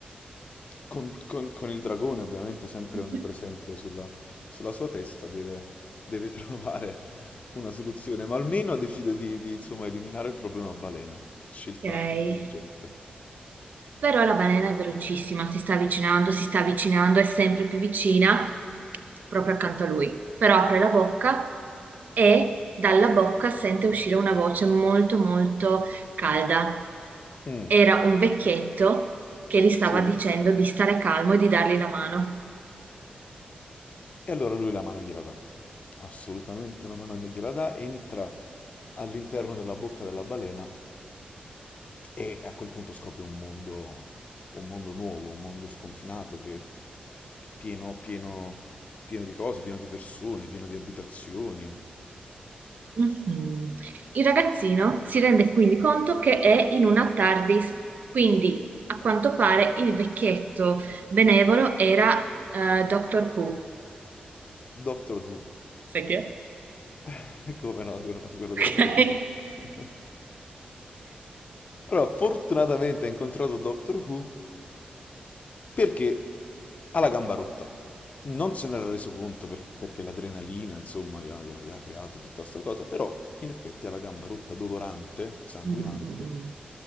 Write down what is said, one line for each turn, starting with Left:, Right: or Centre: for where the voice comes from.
Left: Con, con- con il dragone ovviamente sempre
Right: <laughs>
Left: onnipresente sulla, sulla sua testa, deve, deve <laughs> trovare una soluzione, ma almeno decide di, di, insomma, eliminare il problema balena. Scelta
Right: Ok.
Left: intelligente.
Right: Però la balena è velocissima, si sta avvicinando, si sta avvicinando, è sempre più vicina, proprio accanto a lui. Però apre la bocca e dalla bocca sente uscire una voce molto molto calda.
Left: Mm,
Right: Era un vecchietto che gli stava
Left: sì.
Right: dicendo di stare calmo e di dargli la mano.
Left: E allora lui la mano gliela dà. Assolutamente la mano gliela dà, entra all'interno della bocca della balena e a quel punto scopre un mondo, un mondo nuovo, un mondo sconfinato che pieno, pieno, pieno di cose, pieno di persone, pieno di abitazioni.
Right: Mhm. Il ragazzino si rende quindi conto che è in una TARDIS, quindi a quanto pare il vecchietto benevolo era eh, Doctor Who.
Left: Doctor Who,
Right: Sai chi è?
Left: <laughs> come no, quello, quello della
Right: Ok?
Left: serie TV.
Right: <laughs>
Left: <laughs> Allora, fortunatamente ha incontrato Doctor Who perché ha la gamba rotta. Non se n'era reso conto per- perché l'adrenalina, insomma, gli ha, gli ha- gli ha creato tutta questa cosa, però in effetti ha la gamba rotta, dolorante, sanguinante,
Right: Mm, mm, mm.